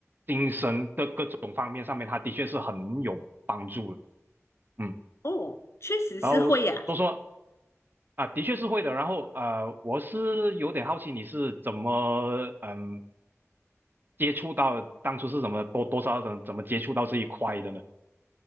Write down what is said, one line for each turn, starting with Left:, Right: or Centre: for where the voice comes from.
Right: 精神的各种方面上面，它的确是很有帮助的。嗯，
Left: 哦，确实是会呀。
Right: 然后说说啊，的确是会的。然后呃，我是有点好奇你是怎么嗯接触到，当初是怎么多多少少怎怎么接触到这一块的呢？